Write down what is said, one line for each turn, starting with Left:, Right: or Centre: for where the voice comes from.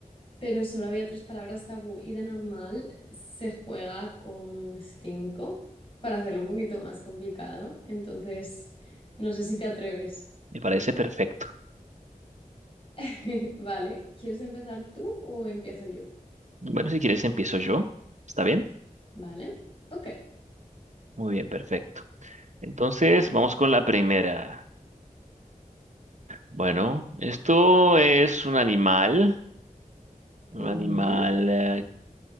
Left: Pero solo había tres palabras tabú y de normal se juega con cinco para hacerlo un poquito más complicado. Entonces, no sé si te atreves.
Right: Me parece perfecto.
Left: <laughs> Vale, ¿quieres empezar tú o empiezo yo?
Right: Bueno, si quieres empiezo yo. ¿Está bien?
Left: Vale, ok.
Right: Muy bien, perfecto. Entonces, vamos con la primera. Bueno, esto es un animal, un
Left: Ujú.
Right: animal eh,